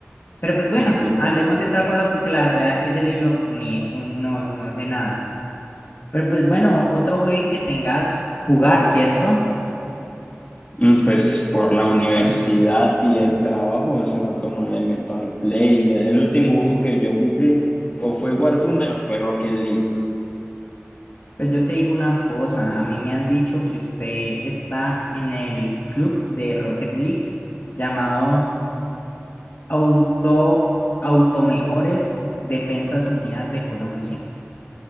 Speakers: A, on the left (about 50°); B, on the left (about 30°).
A: Pero pues bueno,
B: Perficaz.
A: hablemos de otra cosa porque la verdad ese libro ni fun, no, no sé nada. Pero pues bueno, otro juego que tengas jugar, ¿cierto?
B: Mm, Pues por la universidad y el trabajo, hace rato no le meto al play. El último juego que yo jugué o fue War o fue Rocket League.
A: Pues yo te digo una cosa, a mí me han dicho que usted está en el club de Rocket League llamado Auto Automejores Defensas Unidas de Colombia.